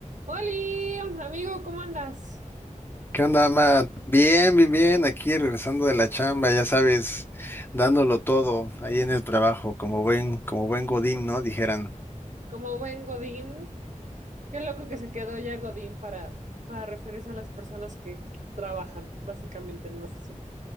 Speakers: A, on the right (about 65°); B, on the left (about 15°).
A: Oli, amigo, ¿cómo andas?
B: ¿Qué onda, Matt? Bien, bien, bien, aquí regresando de la chamba, ya sabes, dándolo todo ahí en el trabajo, como buen, como buen Godín, ¿no? Dijeran.
A: Como buen Godín. Qué loco que se quedó ya Godín para, para referirse a las personas que trabajan básicamente en una oficina.